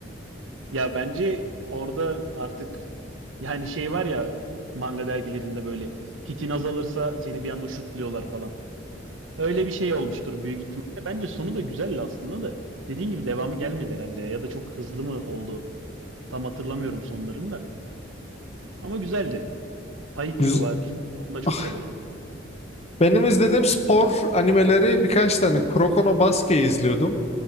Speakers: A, on the right (about 75°); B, on the left (about 35°).
A: Ya bence orada artık yani şey var ya manga dergilerinde böyle hitin azalırsa seni bir anda şutluyorlar falan. Öyle bir şey olmuştur büyük ihtimalle. Bence sonu da güzeldi aslında da. Dediğin gibi devamı gelmedi herhalde ya da çok hızlı mı oldu? Tam hatırlamıyorum sonlarını da. Ama güzeldi. Haikyuu
B: Güz-
A: var. Onu da çok
B: Ah,
A: severim.
B: Benim izlediğim spor animeleri birkaç tane Kuroko no Basket'i izliyordum.